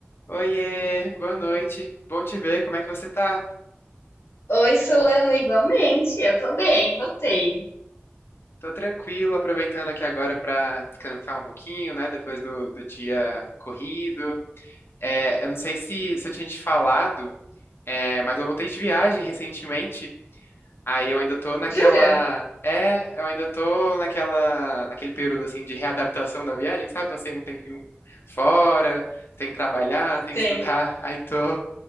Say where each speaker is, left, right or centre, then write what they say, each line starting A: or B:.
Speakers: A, on the left (about 60°); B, on the left (about 80°).
A: Oiê, boa noite. Bom te ver, como é que você tá?
B: Oi, Solano, igualmente. Eu tô bem, e você?
A: Tô tranquilo, aproveitando aqui agora pra descansar um pouquinho, né? Depois do, do dia corrido. É, eu não sei se, se eu tinha te falado, é, mas eu voltei de viagem recentemente. Aí eu ainda tô naquela.
B: Jura?
A: É, eu ainda tô naquela, naquele período assim de readaptação da viagem, sabe? Passei um tempinho fora, tem que trabalhar, tem
B: Sim.
A: que estudar. <laughs> Aí tô,